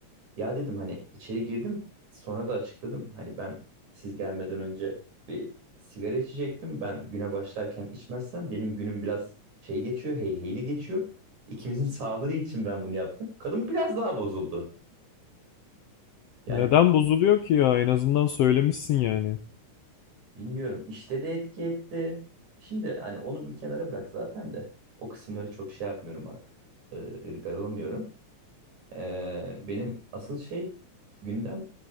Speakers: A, on the right (about 75°); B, on the left (about 70°).
A: Ya dedim hani içeri girdim. Sonra da açıkladım. Hani ben siz gelmeden önce bir sigara içecektim. Ben güne başlarken içmezsem benim günüm biraz şey geçiyor. Heyheyli geçiyor. İkimizin <laughs> sağlığı için ben bunu yaptım. Kadın biraz daha bozuldu. Yani
B: Neden bozuluyor ki ya? En azından söylemişsin yani.
A: Bilmiyorum. İşte de etki etti. Şimdi hani onu bir kenara bırak zaten de. O kısımları çok şey yapmıyorum artık. Ee, ırgalamıyorum. Ee, benim asıl şey gündem